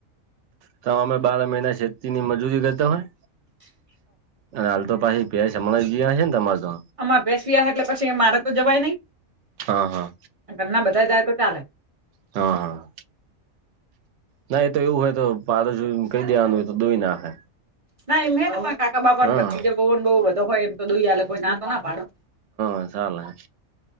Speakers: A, on the right; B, on the right.
A: તો અમે બાર મહિના શેતીની મજૂરી કરતા હોય અને હાલ પાહી ભેંસ હમણાં વિહાસે ને તમાર તો
B: અમાર ભેસ વીહાયા છે એટલે પછી મારે તો જવાય નહી,
A: હા હા
B: ઘરના બધા જાય તો ચાલે
A: હા ના એ તો એવું હોય તો પાડોશી જો કહી દેવાનું હોય તો દોઈ નાખે,
B: ના એમ હ કાકા બાપા
A: હા
B: ભતીજ બહુ બહુ બધો હોય એમ તો દુઈલે કોઈ, ના તો ના પાડો
A: તો ચાલે